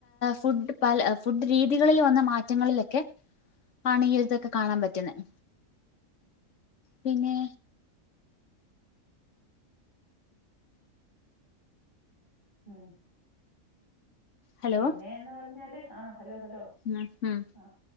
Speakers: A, on the left; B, on the left.
A: ഫുഡ് പല ഫുഡ് രീതികളിൽ വന്ന മാറ്റങ്ങളിലൊക്കെ ആണ് ഈ എഴതൊക്കെ കാണാൻ പറ്റുന്നത് പിന്നെ
B: ഉം
A: ഹലോ
B: പിന്നെന്ന് പറഞ്ഞാല് ആഹ ഹലോ ഹലോ
A: ഉം ഉം
B: ആ